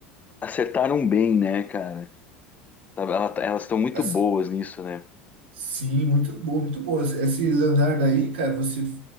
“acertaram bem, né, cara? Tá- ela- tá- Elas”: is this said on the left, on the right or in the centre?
Left